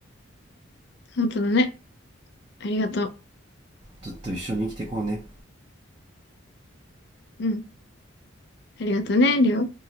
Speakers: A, on the left (about 55°); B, on the right (about 20°).
A: 本当だね。ありがと
B: ずっと一緒に生きてこうね。
A: う。うん。ありがとね、りょう。